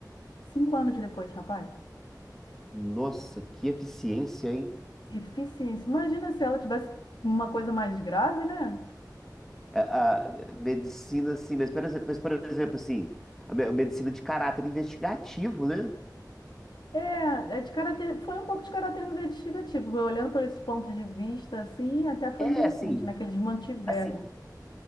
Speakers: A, on the left (about 85°); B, in the centre.
A: Cinco anos depois, rapaz.
B: Nossa, que eficiência, hein?
A: Deficiência. Imagina se ela tivesse uma coisa mais grave, né?
B: A, a medicina, assim, mas, por exe- mas, por exemplo, assim, a me- a medicina de caráter investigativo, né?
A: É, é de caráter, foi um pouco de caráter investigativo. Olhando por esses pontos de vista, assim, até foi
B: É,
A: interessante,
B: assim,
A: né? Que eles mantiveram.
B: assim,